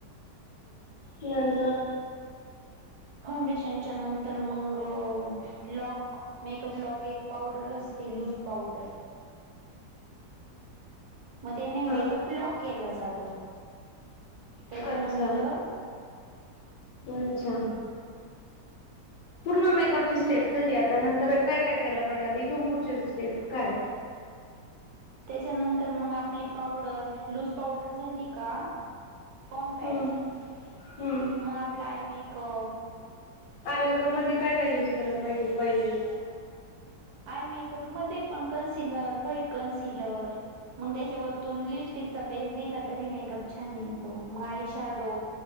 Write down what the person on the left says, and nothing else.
ही नंतर
हा
अच्छा, अच्छा. पूर्ण मेकअपची स्टेप झाली. आता नंतर काय काय केलं पाहिजे. आता इथून पुढची स्टेप काय?
हम्म हम्म
आयमेकअप मध्ये काय काय युज केला पाहिजे पहिले?